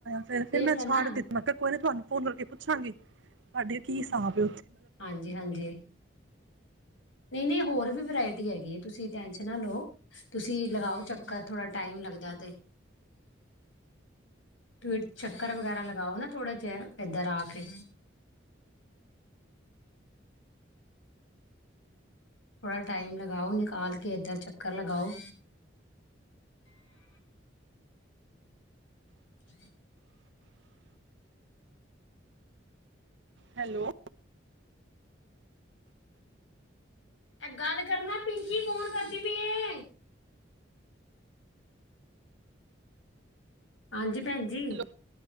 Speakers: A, on the right; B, on the left.
A: ਫ ਫਿਰ ਮੈਂ
B: ਲੈਣਾ
A: ਛੱਡ ਦਿੱ ਕੋਈ ਨੇ ਤੁਹਾਨੂੰ ਫੋਨ ਕਰਕੇ ਪੁੱਛਾਂਗੇ ਤੁਡੇ ਕੀ ਤਾਂ ਪ
B: ਹਾਂਜੀ ਹਾਂਜੀ ਨਹੀਂ ਨਹੀਂ ਹੋਰ ਵੀ ਵਰਾਇਟੀ ਹੈਗੀ ਹੈ ਤੁਸੀਂ ਟੈਂਸ਼ਨ ਨਾ ਲਓ ਤੁਸੀਂ ਲਗਾਓ ਚੱਕਰ ਥੋੜ੍ਹਾ ਟਾਈਮ ਲੱਗਦਾ ਤੇ ਤੁਸੀ ਚੱਕਰ ਵਗੈਰਾ ਲਗਾਓ ਨਾ ਥੋੜਾ ਜਿਹਾ ਇੱਧਰ ਆ ਕੇ ਥੋੜਾ ਟਾਈਮ ਲਗਾਓ ਨਿਕਾਲ ਕੇ ਇੱਧਰ ਚੱਕਰ ਲਗਾਓ <unintelligible>
A: ਹੈਲੋ
B: ਗੱਲ ਕਰਨਾ ਪਿੰਕੀ ਫੋਨ ਕਰਦੀ ਪ ਇਹ ਹਾਂਜੀ ਭੈਣ ਜੀ
A: ਹੈਲੋ